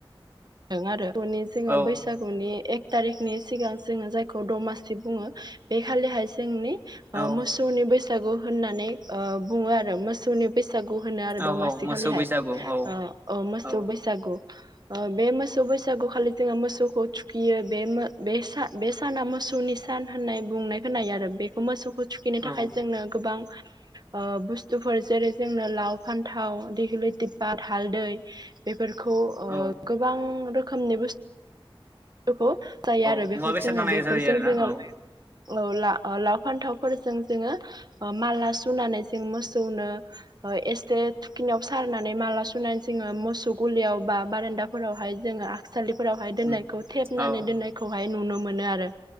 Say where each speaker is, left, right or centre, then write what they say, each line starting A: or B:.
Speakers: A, on the right (about 50°); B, on the right (about 25°).
A: आरो हनि जोङो
B: औ
A: बैसागु मनि एक थारिखनि सिगां जोङो जायखौ दमासि बुङो बे खालिहाय जोंनि ओ
B: औ
A: मोसौनि बैसागु होननानै बुङो आरो मोसौनि बैसागु होनो आरो
B: औ
A: दमासि
B: औ मोसौ
A: खालिहाय
B: बैसागु औ
A: ओ मोसौ
B: औ
A: बैसागु ओ बे मोसौ बैसागुखालि जोङो मोसौखौ थुखियो बे बे साना मोसौनि। सान होननाय बुंनाय होनायो आरो बेखौ मोसौखौ थुखिनो थाखाय
B: औ
A: जोंनो गोबां ओ बुस्थुफोर जेरै जोंनो लाव फान्थाव देगलि टिब्बा हालदै। बेफोरखौ
B: औ
A: गोबां रोखोमनि बुस्थुखौ जायो
B: औ
A: आरो बेखौ
B: मुवा बेसाद
A: जोङो
B: नांनाय
A: बेफोरजों
B: जायो आरोना
A: जोङो
B: औ
A: औ लाव फान्थावफोरजों जोङो माला सुनानै जों मोसौनो एसे थुखिनिाव सारनानै माला सुनानै जोङो मोसौ गलियाव बा बारेदा फोरावहाय जोङो आठसालिफोरावहाय दोननायखौ
B: उम
A: थेबनानै
B: औ
A: दोननायखौहाय नुनो मोनो आरो।